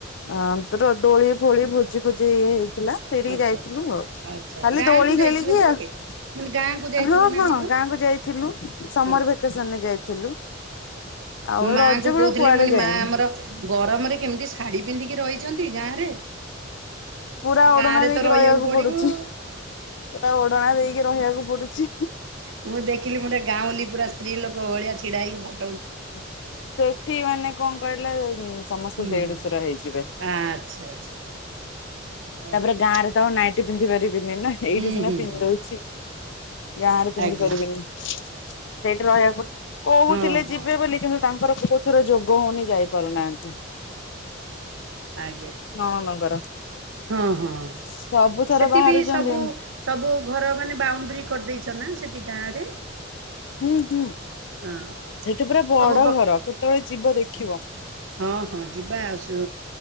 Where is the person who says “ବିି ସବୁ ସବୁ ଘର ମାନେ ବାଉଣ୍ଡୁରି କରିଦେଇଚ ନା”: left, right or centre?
Right